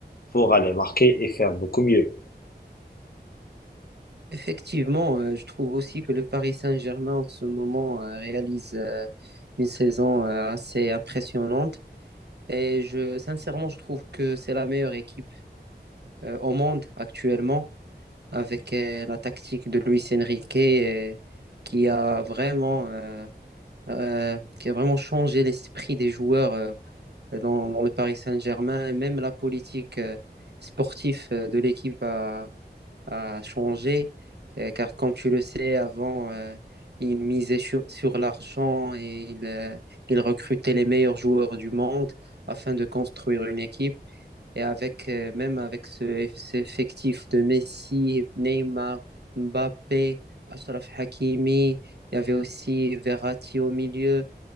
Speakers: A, on the left; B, on the right.
A: pour aller marquer et faire beaucoup mieux.
B: Effectivement, euh, je trouve aussi que le Paris Saint-Germain en ce moment euh, réalise euh, une saison euh, assez impressionnante. Et je, sincèrement, je trouve que c'est la meilleure équipe euh, au monde actuellement. avec euh, la tactique de Luis Enrique euh, qui a vraiment, euh, euh, qui a vraiment changé l'esprit des joueurs euh, dans, dans le Paris Saint-Germain. Même la politique euh, sportive euh, de l'équipe a, a changé, Euh, car comme tu le sais, avant, euh, il misait sur, sur l'argent et il, euh, il recrutait les meilleurs joueurs du monde afin de construire une équipe. Et avec, euh, même avec ce, eff- ce effectif de Messi, Neymar, Mbappé, Achraf Hakimi, il y avait aussi Verratti au milieu.